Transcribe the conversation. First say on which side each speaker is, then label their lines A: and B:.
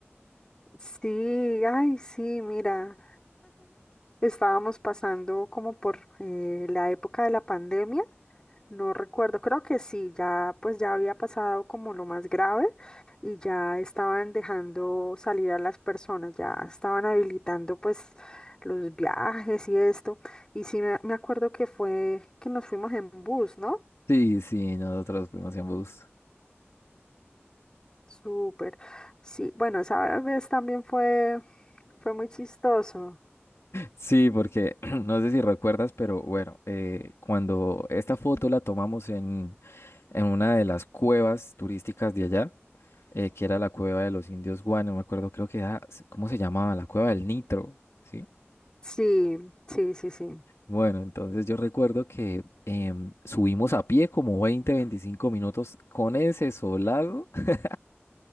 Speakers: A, on the left; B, on the left.
A: Sí, ay, sí, mira, estábamos pasando como por eh, la época de la pandemia. No recuerdo, creo que sí, ya pues ya había pasado como lo más grave y ya estaban dejando salir a las personas, ya estaban habilitando pues los viajes y esto. Y sí me, me acuerdo que fue que nos fuimos en bus, ¿no?
B: Sí, sí, nosotros fuimos en bus.
A: Súper. Sí, bueno, esa vez también fue, fue muy chistoso.
B: Sí, porque <clears throat> no sé si recuerdas, pero bueno, eh, cuando esta foto la tomamos en, en una de las cuevas turísticas de allá, eh, que era la cueva de los indios guane, no me acuerdo, creo que era, s- ¿cómo se llamaba? La cueva del Nitro, ¿sí?
A: Sí, sí, sí, sí.
B: Bueno, entonces yo recuerdo que em, subimos a pie como 20, 25 minutos con ese solado. <laughs>